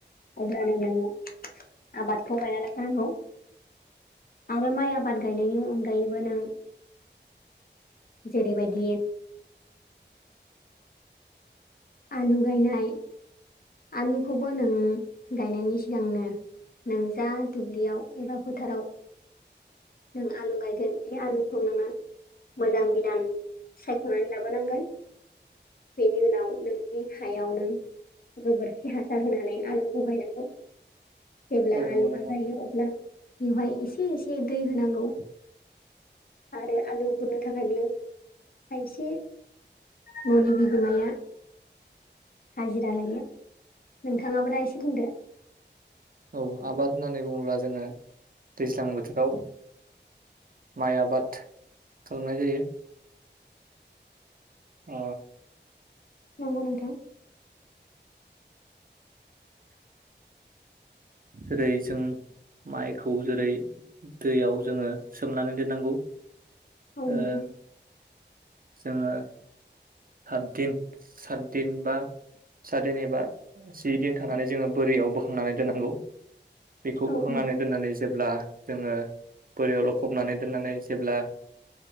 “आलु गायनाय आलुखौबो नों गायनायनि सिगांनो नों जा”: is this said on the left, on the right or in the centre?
Left